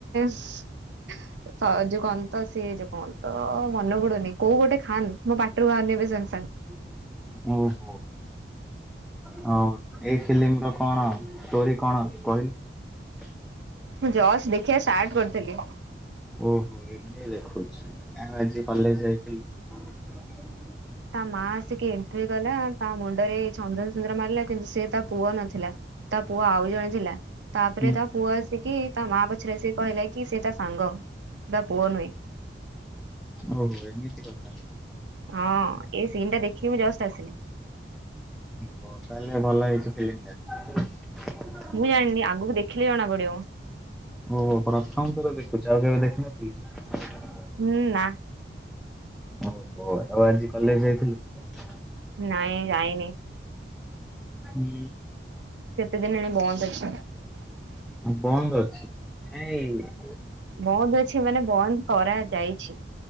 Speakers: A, on the right; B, in the centre.
A: ସଜୋଉ କନ୍ତ ସିଏ ଯଉ କନ୍ତ ମନେ ପଡୁନି କୋଉ ଗୋଟେ ଖାନ୍ ମୋ ପାଟିରୁ ବାଉନି ଏବେ ସଜ ସଙ୍ଗ।
B: <inaudible> ଓହୋ ହଉ ଏଇ ଫିଲ୍ମ ର କଣ ଷ୍ଟୋରି କଣ କହିଲୁ।
A: ମୁଁ ଯଷ୍ଟ ଖିବା ଷ୍ଟାର୍ଟ କରିଥିଲି।
B: ଓହୋ ଏଗେଜେ ଦେଖ ଉଚି ଆଉ ଆଜି କଲେଜ ଯାଇଥିଲୁ? <inaudible>
A: ତା ମା ଆସିକି ଏଣ୍ଟ୍ରି ଗଲା ତା ମୁଣ୍ଡରେଇ ଚନ୍ଦନ ସୁୁନ୍ଦନ ମାରିଲା କିନ୍ତୁ ସେ ତା ପୁଅ ନଥିଲା ତା ପୁଅ ଆଉ ଜଣେ ଥିଲା ତାପରେ
B: ହୁଁ।
A: ତା ପୁଅ ଆସିକି ତା ମା ପଛରେ ସିଏ କହିଲା କି ସେ ତା ସାଙ୍ଗ ସେ ତା ପୁଅ ନୁହେଁ।
B: ଓହୋ ଏମିତି କଥା।
A: ହଁ ଏ ସିନ୍ ଟା ଦେଖିବାକୁ ଜଷ୍ଟ ଆସିଲି।
B: ହଉ ତାହେଲେ ଭଲ ହେଇଛି ଫିଲ୍ମ ଟା?
A: ମୁଁ ଜାଣିନି ଆଗକୁ ଦେଖିଲେ ଜଣା ପଡିବ।
B: ଓହୋ ପ୍ରଥମଥର ଦେଖୁଛି ଆଉ କେବେ ଦେଖିନଥିଲୁ?
A: ହୁଁ ନା।
B: ଓହୋ ଆଉ ଆଜି କଲେଜ ଯାଇଥିଲୁ?
A: ନାଇଁ ଯାଇନି।
B: ହୁଁ।
A: କେତଦିନ ହେଲାଣି ବନ୍ଦ ଅଛି।
B: ବନ୍ଦ ଅଛି କାଇଁ
A: ବନ୍ଦ ଅଛି ମାନେ ବନ୍ଦ କରାଯାଇଛି।